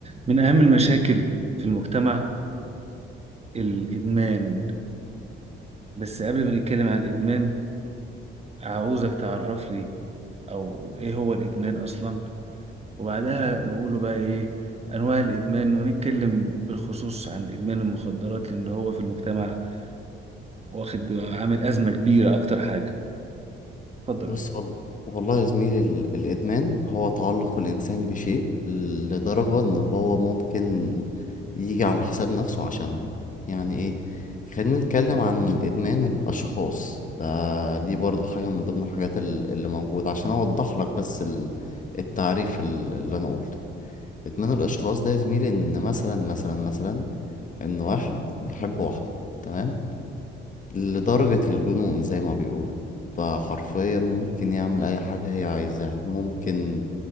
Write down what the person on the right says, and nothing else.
من أهم المشاكل في المجتمع الإدمان بس قبل ما نتكلم عن الإدمان عاوزك تعرف لي أو إيه هو الإدمان أصلا وبعدها نقوله بقى إيه أنواع الإدمان ونتكلم بالخصوص عن إدمان المخدرات لأن هو في المجتمع واخد عامل أزمة كبيرة أكتر حاجة اتفضل